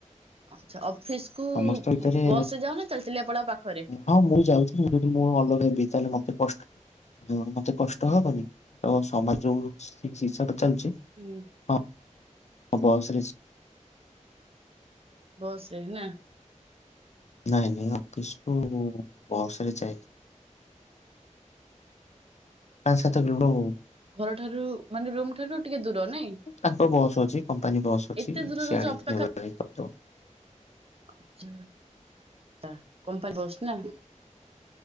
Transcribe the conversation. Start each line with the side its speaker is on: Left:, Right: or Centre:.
Right: ଆଛା ଅଫିସ କୁ
Left: ସମସ୍ତ ଭିତରେ
Right: ବସରେ ଯାଉନା ଚାଲି ଚାଲିକି ପଳାଅ ପାଖରେ?
Left: ହଁ ମୁଁ ଯାଉଛି ଯଦି ମୁଁ ଅଲଗ ହେବି ତାହେଲେ ମତେ କଷ୍ଟ ମତେ କଷ୍ଟ ହବନି ତ ସମାଜ ଯୋଉ ହିସାବରେ ଚାଲିଛି
Right: ହୁଁ।
Left: ହଁ ବସରେ
Right: ବସରେ ନା
Left: ନାଇଁ ନାଇଁ ଅଫିସକୁୁ ମୁଁ ବସ ରେ ଯାଇଛି ପାଞ୍ଚ ସାତକିଲୋମିଟର ହବ ଆଉଁ।
Right: ଘର ଠାରୁ ମାନେ ରୁମ ଠାରୁ ଟିକେ ଦୂର ନାଇଁ
Left: ତାଙ୍କ ବସ୍ ଅଛି କମ୍ପାନୀ ବସ୍ ଅଛି
Right: ଏତେ ଦୂର
Left: ସି
Right: ରହୁଛ
Left: ଆଣିକି
Right: ଅଫିସ
Left: ନେବା ଆଣିବା କରିଦବ।
Right: ଆଚ୍ଛା କମ୍ପାନୀ ବସ୍ ନାଁ